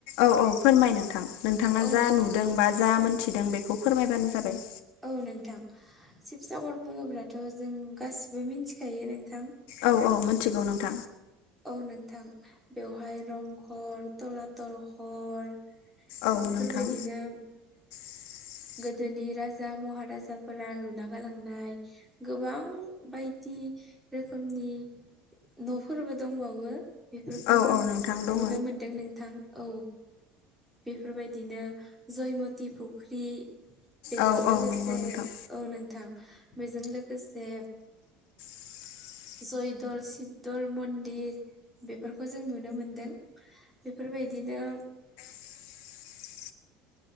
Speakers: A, on the left; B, in the centre.
A: औ औ फोरमाय नोंथां नोंथाङा
B: औ
A: जा
B: नोंथां
A: नुदों बा जा मोन्थिदों बेखौ फोरमायबानो जाबाय।
B: औ नोंथां शिबसागर बुङोब्लाथ' जों गासिबो मिथिखायो नोंथां।
A: औ औ मिथिगौ नोंथां।
B: औ नोंथां बेवहाय रंघर थलाथल घर
A: औ
B: बेफोरबायदिनो
A: नोंथां <inaudible>
B: गोदोनि राजा महाराजाफोरा लुना गालांनाय गोबां बायदि रोखोमनि न'फोरबो दंबावो। बेफोरखौ
A: औ
B: जों
A: औ नोंथां दङ
B: नुनो मोनदों नोंथां। औ बेफोरबायदिनो जयमति फुख्रि। बेजों
A: औ
B: लोगोसे
A: औ नंगौ नोंथां
B: औ नोंथां बेजों लोगोसे
A: <inaudible>
B: जयदल शिबदल मन्दिर बेफोरखौ जों नुनो मोनदों। बेफोरबायदिनो
A: <inaudible>